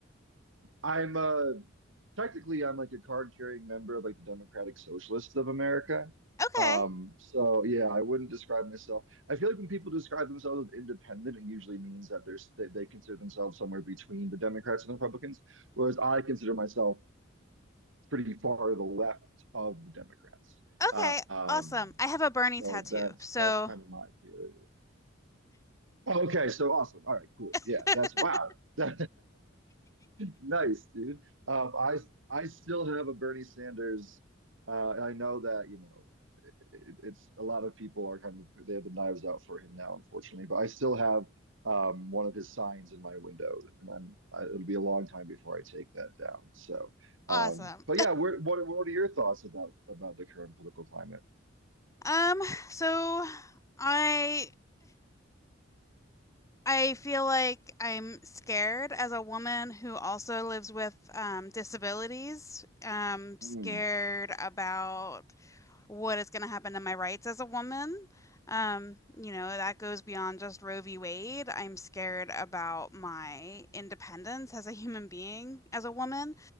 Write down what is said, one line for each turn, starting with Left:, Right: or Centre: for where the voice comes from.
Right: I'm uh technically I'm like a card carrying member of like the Democratic Socialists of America.
Left: Okay.
Right: Um, so yeah, I wouldn't describe myself. I feel like when people describe themselves as independent, it usually means that there's they, they consider themselves somewhere between the Democrats and the Republicans, whereas I consider myself pretty far to the left of the Democrats.
Left: Okay.
Right: Uh, um,
Left: Awesome. I have a Bernie
Right: so
Left: tattoo.
Right: that's
Left: So
Right: that's kind of my theory. Oh, okay, so awesome. All right, cool.
Left: <laughs>
Right: Yeah, that's wow. <laughs> Nice, dude. Um, I I still have a Bernie Sanders. Uh, and I know that, you know, it, it's a lot of people are kind of they have the knives out for him now, unfortunately. But I still have um, one of his signs in my window, and I'm I, it'll be a long time before I take that down. So,
Left: Awesome.
Right: um, but yeah, where, what what are your thoughts about about the current political climate?
Left: Um, so I I feel like I'm scared as a woman who also lives with um, disabilities. Um, scared
Right: Mm,
Left: about what is going to happen to my rights as a woman. Um, you know, that goes beyond just Roe v. Wade. I'm scared about my independence as a human being, as a woman.